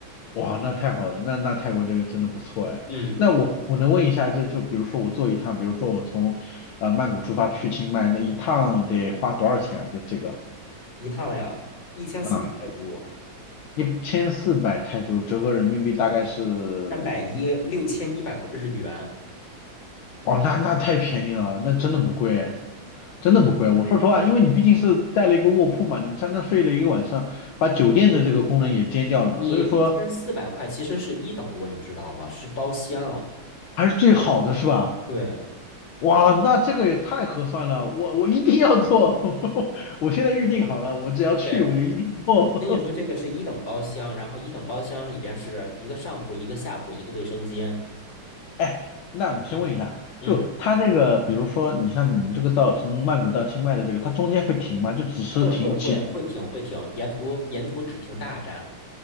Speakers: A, on the left; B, on the left.
A: 哇，那太好了，那那泰国这个真的不错哎。
B: 嗯，
A: 那我我能问一下，这就比如说我坐一趟，比如说我从呃曼谷出发去清迈，那一趟得花多少钱啊？就这个
B: 一趟呀，一千四百泰铢，
A: 啊，一千四百泰铢，折合人民币大概是，
B: 三百一，六千一百日元。
A: 哦，那那太便宜了，那真的不贵哎，
B: 嗯，
A: 真的不贵。我说实话，因为你毕竟是带了一个卧铺嘛，你相当睡了一个晚上，把酒店的这个功能也兼掉了嘛，
B: 你一千四百块其实是一等卧，
A: 所以说
B: 你知道吗？是包厢。
A: 还是最好的是吧？
B: 对
A: 哇，那这个也太合算了，我我一定要做，<laughs> 我现在预定好了，我只要去我就一定做。
B: 对，跟你说这个是一等包厢，然后一等包厢里边是一个上铺、一个下铺、一个卫生间。
A: <laughs> 哎，那我先问一下，
B: 嗯嗯，
A: 就他那个，比如说你像你这个到从曼谷到清迈的这个，它中间会停吗？就只是停几
B: 会会会会停会停，沿途沿途只停大站。